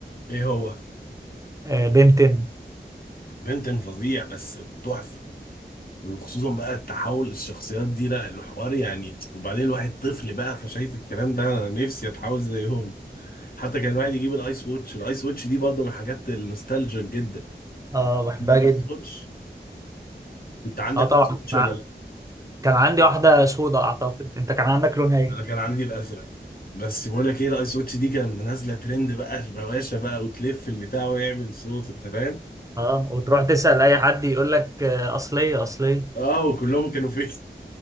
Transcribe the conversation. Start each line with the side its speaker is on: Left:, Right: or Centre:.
Left: ايه هو
Right: آه بنتن
Left: بنتن فظيع بس تحفه وخصوصا بقى التحول للشخصيات دي لا الحوار يعني وبعدين الواحد طفل بقى فشايف الكلام ده انا نفسي اتحول زيهم حتى كان الواحد يجيب الايس ووتش الايس ووتش دي برضه من الحاجات النوستالجيك جدا
Right: اه بحبها
Left: الايس
Right: جدا
Left: ووتش كنت عندك
Right: اه طبعا
Left: ايس ووتش
Right: كان
Left: ولا
Right: ع-
Left: لا
Right: كان عندي واحده سودا اعتقد انت كان عندك لونها ايه
Left: انا كان عندي الازرق بس بقول لك ايه الايس واتش دي كانت نازله ترند بقى الروشه بقى وتلف البتاع ويعمل صوت انت فاهم
Right: اه وتروح تسال اي حد يقول لك آه اصليه اصليه
Left: اه وكلهم كانوا فيه